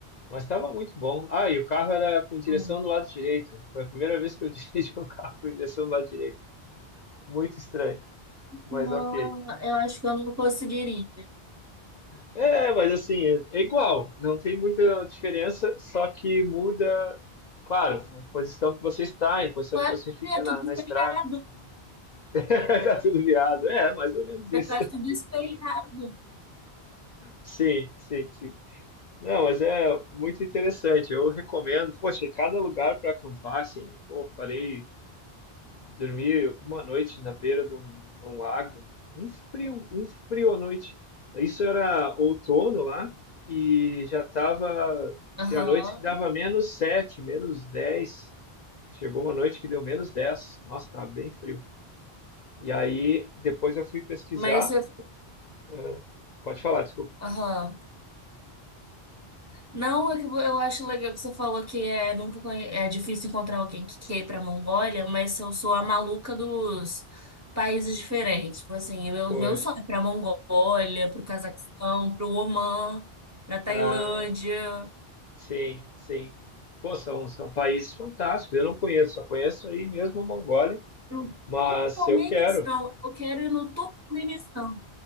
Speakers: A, on the left; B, on the right.
A: Mas estava muito bom. Ah, e o carro era com direção
B: Hum.
A: do lado direito. Foi a primeira vez que eu <laughs> dirigi um carro com direção do lado direito. Muito estranho, mas
B: Não,
A: ok.
B: eu acho que eu não conseguiria.
A: É, mas assim, é é igual, não tem muita diferença, só que muda, claro, a posição que você está, a posição
B: Claro
A: que você fica
B: que é
A: na,
B: tudo espelhado,
A: na estrada, <laughs> tá tudo virado. É, mais ou menos
B: você
A: isso.
B: faz tudo espelhado.
A: Sim, sim, sim. Não, mas é muito interessante. Eu recomendo, poxa, cada lugar para acampar, assim, pô, parei Dormi uma noite na beira de um, de um lago, um frio, um frio à noite. Isso era outono lá e já tava,
B: Aham,
A: tinha noites que dava menos 7 menos dez Chegou uma noite que deu menos dez Nossa, tava bem frio. E aí depois eu fui pesquisar.
B: Mas você.
A: ah, pode falar, desculpa.
B: Aham. Não, é que eu acho legal que você falou que é, nunca conhe- é difícil encontrar alguém que quer ir pra Mongólia, mas eu sou a maluca dos países diferentes. Tipo assim, meu,
A: Pois.
B: meu sonho é pra Mongólia, pro Cazaquistão, pro Omã, pra Tailândia,
A: Ah, sim, sim. Pô, são, são países fantásticos. Eu não conheço, só conheço aí mesmo a Mongólia,
B: pro
A: mas
B: Turcomenistão.
A: eu quero.
B: Eu quero ir no Turcomenistão.